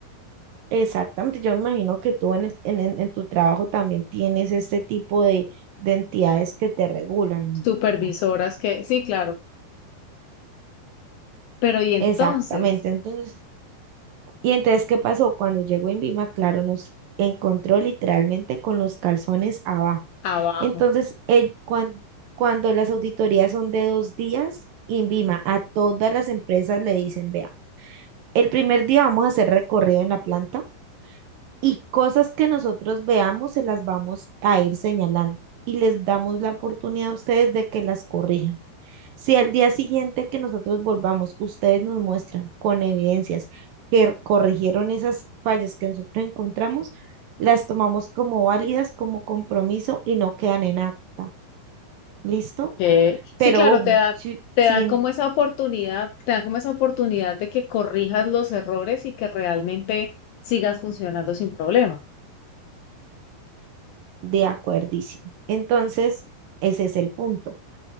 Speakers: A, on the right (about 70°); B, on the left (about 80°).
A: exactamente, yo me imagino que tú en, el- en, en- en tu trabajo también tienes este tipo de, de entidades que te regulan,
B: supervisoras
A: ¿no?
B: que, sí, claro, pero y entonces,
A: Exactamente. Entonces, Y entonces, ¿qué pasó? Cuando llegó INVIMA, claro, nos encontró literalmente con los calzones abajo.
B: abajo,
A: Entonces, el- cuan- cuando las auditorías son de dos días, INVIMA a todas las empresas le dicen, vea, el primer día vamos a hacer recorrido en la planta y cosas que nosotros veamos se las vamos a ir señalando y les damos la oportunidad a ustedes de que las corrijan. Si al día siguiente que nosotros volvamos, ustedes nos muestran con evidencias que corrigieron esas fallas que nosotros encontramos, las tomamos como válidas, como compromiso y no quedan en acta. ¿Listo?
B: que
A: Pero
B: sí, claro,
A: ojo,
B: te da,
A: si-
B: te
A: sin
B: dan como esa oportunidad, te dan como esa oportunidad de que corrijas los errores y que realmente sigas funcionando sin problemas.
A: de acuerdicio. Entonces, ese es el punto.